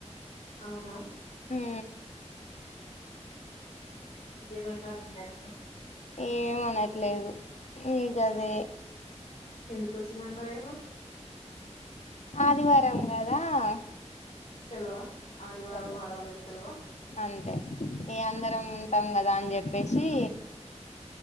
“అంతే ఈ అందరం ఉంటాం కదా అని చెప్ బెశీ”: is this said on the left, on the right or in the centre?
Left